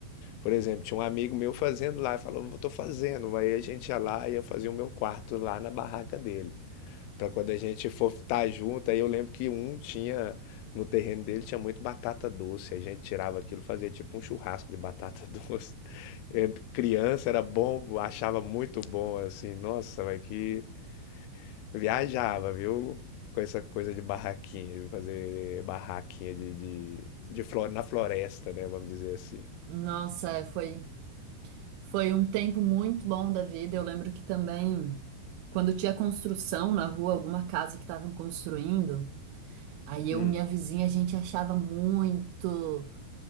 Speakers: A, on the left; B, on the right.
A: Por exemplo, tinha um amigo meu fazendo lá, falou, eu tô fazendo. Aí a gente ia lá e eu fazia o meu quarto lá na barraca dele. Pra quando a gente for estar junto, aí eu lembro que um tinha, no terreno dele tinha muito batata doce. A gente tirava aquilo, fazia tipo um churrasco de batata <laughs> doce. É, Criança era bom, achava muito bom, assim, nossa, mas que viajava, viu? Com essa coisa de barraquinha, de fazer barraquinha de, de, de flo- na floresta, né? Vamos dizer assim.
B: Nossa, é, foi, foi um tempo muito bom da vida. Eu lembro que também, quando tinha construção na rua, alguma casa que estavam construindo, aí
A: Hum.
B: eu e minha vizinha, a gente achava muito